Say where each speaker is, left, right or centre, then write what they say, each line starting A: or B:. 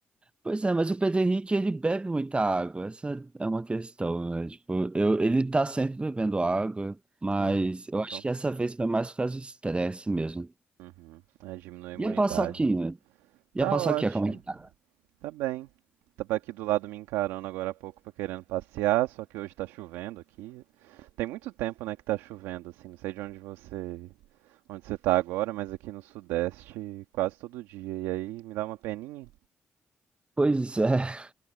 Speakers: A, on the right; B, on the right.
A: Pois é, mas o Pedro Henrique, ele bebe muita água, essa é uma questão, né? Tipo, eu, ele tá sempre bebendo água, mas
B: Ah,
A: eu
B: então
A: acho que essa vez foi mais por causa do estresse mesmo.
B: Uhum. É, diminui a imunidade.
A: E a paçoquinha?
B: né? Tá
A: E a paçoquinha,
B: ótimo,
A: como é que tá?
B: tá bem. Tava aqui do lado me encarando agora há pouco pra querendo passear, só que hoje tá chovendo aqui. Tem muito tempo, né, que tá chovendo, assim. Não sei de onde você, onde você tá agora, mas aqui no Sudeste quase todo dia. E aí me dá uma peninha.
A: Pois é, <laughs>